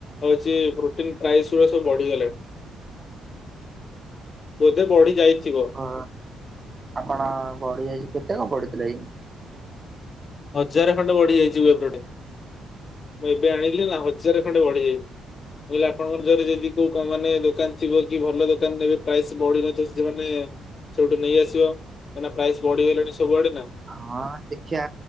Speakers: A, on the left (about 45°); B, on the right (about 25°).
A: ହଉଛି ପ୍ରୋଟିନ ପ୍ରାଇସ୍ ଗୁରା ସବୁ ବଢିଗଲାଣି।
B: <inaudible>
A: ବୋଧେ ବଢି ଯାଇଥିବ।
B: ହଁ ଆପଣ ବଢିଯାଇଛି କେତେ କଣ ବଢିଥିଲା କି?
A: ହଜାର ଖଣ୍ଡେ ବଢିଯାଇଛିି ବି ଏପଟେ। ମୁଁ ଏବେ ଆଣିଲି ନା ହଜାରେ ଖଣ୍ଡେ ବଢିଯାଇଛି। କହିଲି ଆପଣଙ୍କ ଯଦି ଯେନ୍ତି କୋଉ କମ୍ପାନୀ ଦୋକାନ ଥିବ କି ଭଲ ଦୋକାନ ପ୍ରାଇସ୍ ବଢି ନଥ ସେମାନେ ସେଇଠୁ ନେଇଆସିବ କାହିଁକି ନା ପ୍ରାଇସ ବଢିଗଲାଣି ସବୁଆଡେ ନା।
B: ହଁ ଦେଖିବା